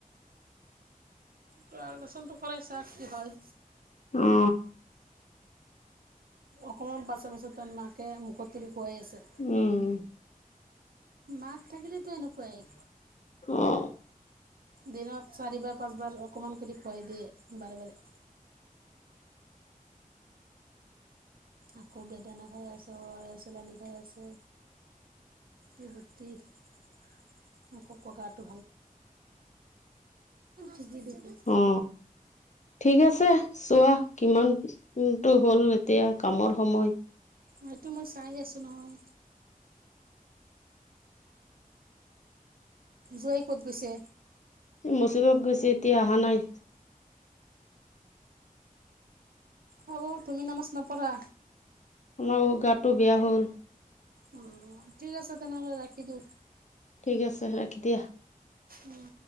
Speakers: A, on the right; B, on the left.
A: ত আলট্ৰাচনটো কৰাইছা কি হয়
B: অ
A: অকমান পাছত পাছত তা মাকে মুখত তুলি খুৱাই আছে
B: উম
A: মাক থাকিলেতো এনেকুৱাই।
B: অ
A: দিনত চাৰিবাৰ পাঁচবাৰ অকমান কৰি খুৱাই দিয়ে বাৰে বাৰে। আকৌ বেদানা খাই আছে অআৰএচ আনী খাই আছে <unintelligible> মোক কগাটো ঠিকেই দেখোন
B: অ ঠিক আছে। চোৱা কিমানটো হ'ল এতিয়া কামৰ সময়।
A: এইটো মই চাই আছো নহয়। জোঁৱাই ক'ত গৈছে
B: মচিদত গৈছে এতিয়া অহা নাই
A: হ'ব তুমি নামাচ নপঢ়া
B: আমাৰ গাতটো বেয়া হ'ল।
A: অ ঠিক আছে তেনেহলে ৰাখি দিও।
B: ঠিক আছে ৰাখি দিয়া।
A: উম